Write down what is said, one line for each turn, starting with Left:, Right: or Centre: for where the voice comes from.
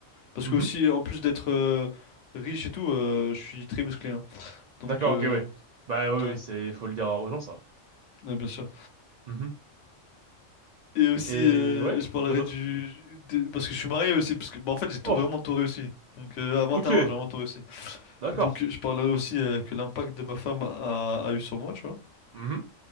Left: Parce
Right: Mhm.
Left: que aussi, en plus d'être euh, riche et tout, euh, je suis très musclé. hein. Donc,
Right: D'accord,
Left: euh,
Right: ok, ouais. Bah oui,
Left: ouais,
Right: oui, c'est faut le dire aux gens ça.
Left: ouais, bien sûr.
Right: Mhm.
Left: Et aussi,
Right: Et
Left: euh,
Right: ouais,
Left: je parlerai
Right: quoi d'autre?
Left: du... de- Parce que je suis marié aussi, parce que bah, en fait, j'ai tout-
Right: Oh,
Left: vraiment tout réussi. Donc, euh, à 21
Right: ok,
Left: ans, j'ai vraiment tout réussi.
Right: d'accord.
Left: Donc, je parlerai aussi euh, que l'impact de ma femme a a eu sur moi, tu vois.
Right: Mhm.